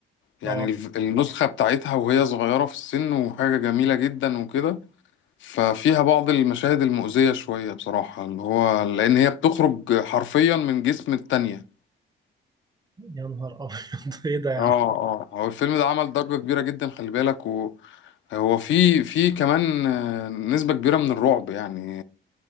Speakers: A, on the left; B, on the right.
A: يعني
B: اه
A: الف- النسخة بتاعتها وهي صغيرة في السن وحاجة جميلة جدا وكده ففيها بعض المشاهد المؤذية شوية بصراحة اللي هو لأن هي بتخرج حرفيا من جسم التانية
B: يا نهار ابيض <laughs> ايه ده يا
A: اه
B: عم
A: اه هو الفيلم ده عمل ضجة كبيرة جدا خلي بالك وهو في في كمان آه، نسبة كبيرة من الرعب يعني